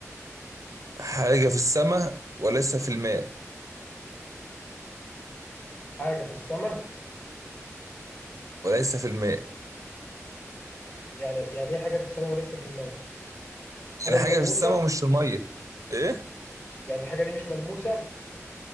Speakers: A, on the right; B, on the left.
A: حاجه في السماء وليس في الماء
B: حاجه في السماء
A: وليس في الماء
B: يعني يعني ايه حاجه في السماء وليس في الماء الحاجه
A: يعني
B: دي
A: حاجه
B: ملموسه
A: في السماء ومش في الميه ايه
B: يعني الحاجه دي مش ملموسه